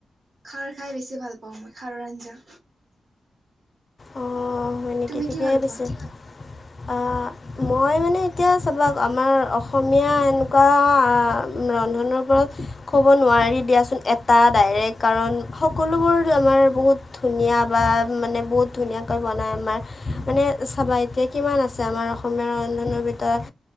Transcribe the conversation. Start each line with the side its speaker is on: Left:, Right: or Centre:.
Right: খাৰ খাই বেছি ভাল পাওঁ মই, খাৰৰ আঞ্জা।
Left: অঁ হয় নেকি
Right: তুমি
Left: ঠিকেই
Right: কি ভাল
Left: পিছে।
Right: পোৱা
Left: আ মই মানে এতিয়া চবা আমাৰ অস অসমীয়া এনেকুৱা ৰন্ধনৰ ওপৰত ক'ব নোৱাৰি দিয়াচোন, এটা ডাইৰেক্ট কাৰণ সকলোবোৰ আমাৰ বহুত ধুনীয়া বা মানে বহুত ধুনীয়াকৈ বনায় আমাৰ। মানে চাবা এতিয়া কিমান আছে আমাৰ অসমীয়া ৰন্ধনৰ ভিতৰত